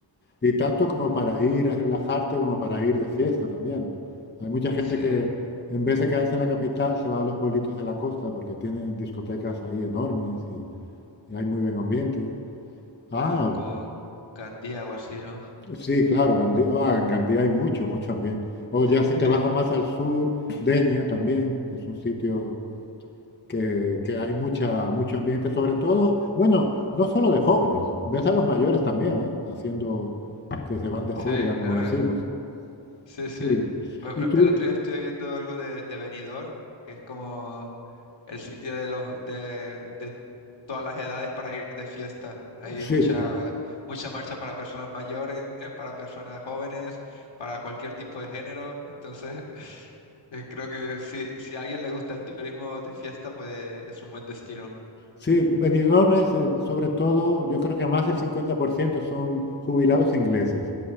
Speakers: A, on the left; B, on the left.
A: y, y tanto como para ir a relajarte como para ir de fiesta también. Hay mucha gente
B: Sí,
A: que en vez de quedarse en la capital se va a los pueblitos de la costa porque tienen discotecas ahí enormes y, y hay muy buen ambiente. Ah,
B: claro, como Gandía o así, ¿no?
A: sí, claro, Gandía, ah, en Gandía hay mucho, mucho ambiente. O
B: <laughs>
A: ya si te bajas más al sur, Denia también es un sitio que, que hay mucha, mucho ambiente, sobre todo, bueno, no solo de jóvenes, ves a los mayores también, ¿eh? Haciendo que se van de
B: Sí,
A: juerga, como
B: claro.
A: decimos.
B: Sí, sí.
A: Sí.
B: Por ejemplo,
A: Y tú,
B: El otro día estuve viendo algo de, de Benidorm, que es como el sitio de los de, de todas las edades para ir de fiesta. Hay
A: sí,
B: mucha mucha marcha para personas mayores, para personas jóvenes, para cualquier tipo de género. Entonces, <laughs> eh, creo que si, si a alguien le gusta el turismo de fiesta, pues es un buen destino.
A: sí, Benidorm es, eh, sobre todo, yo creo que más del 50% son jubilados ingleses.